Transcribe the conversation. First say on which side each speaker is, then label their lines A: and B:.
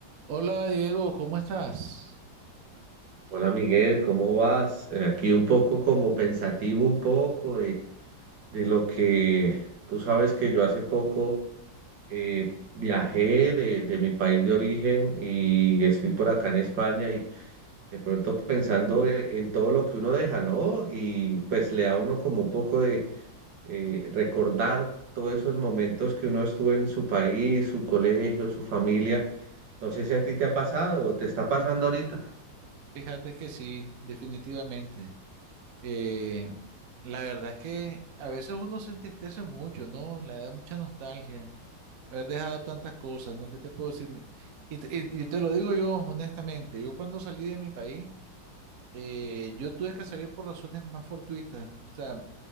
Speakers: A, on the right (about 55°); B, on the right (about 75°).
A: Hola Diego, ¿cómo estás?
B: Hola Miguel, ¿cómo vas? Eh, Aquí un poco como pensativo un poco de, de lo que tú sabes que yo hace poco eh, viajé de, de mi país de origen y estoy por acá en España y de pronto pensando e- en, todo lo que uno deja, ¿no? Y pues le da a uno como un poco de eh, recordar todos esos momentos que uno estuvo en su país, su colegio, su familia. No sé si a ti te ha pasado o te está pasando ahorita.
A: Fíjate que sí, definitivamente. Eh, la verdad es que a veces uno se entristece mucho, ¿no? Le da mucha nostalgia haber dejado tantas cosas, ¿no? ¿Qué te puedo decir? Me- Y te, y- y te lo digo yo honestamente, yo cuando salí de mi país, eh, yo tuve que salir por razones más fortuitas. O sea,